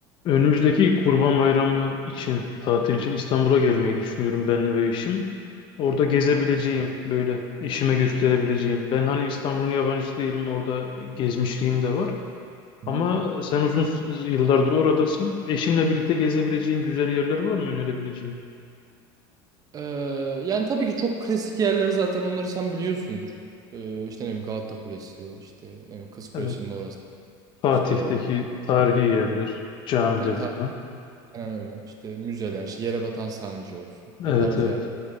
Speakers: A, on the left; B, on the right.
A: Önümüzdeki Kurban Bayramı için, tatil için İstanbul'a gelmeyi düşünüyorum ben ve eşim. Orada gezebileceğim,
B: Hı hı.
A: böyle eşime gösterebileceğim. Ben hani İstanbul'un yabancısı değilim, orada gezmişliğim de var.
B: Hı
A: Ama
B: hı.
A: sen uzun s- yıllardır oradasın. Eşimle birlikte gezebileceğin güzel yerler var mı önerebileceğin?
B: Ee, yani tabii ki çok klasik yerler zaten onları sen biliyorsundur. Ee, işte ne bileyim Galata Kulesi, işte ne bileyim Kız Kulesi'nin
A: Evet,
B: orası.
A: Fatih'teki
B: İşte e,
A: tarihi yerler, camiler
B: yani ta-
A: falan.
B: aynen öyle. İşte müzeler, işte Yerebatan Sarnıcı olsun.
A: Evet,
B: O tarz
A: evet,
B: yerler